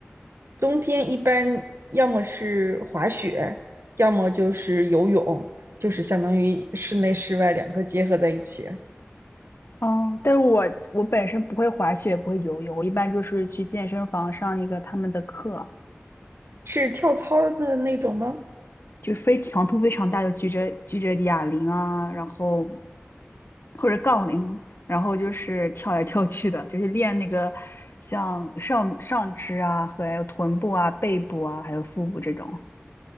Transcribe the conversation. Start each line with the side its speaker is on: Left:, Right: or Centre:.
Right: 冬天一般要么是滑雪，要么就是游泳，就是相当于室内室外两个结合在一起。
Left: 哦，但是我我本身不会滑雪，不会游泳，我一般就是去健身房上那个他们的课，
Right: 是跳操的那种吗？
Left: 就非强度非常大，就举着举着哑铃啊，然后或者杠铃，然后就是跳来跳去的，就是练那个像上上肢啊和还有臀部啊、背部啊还有腹部这种。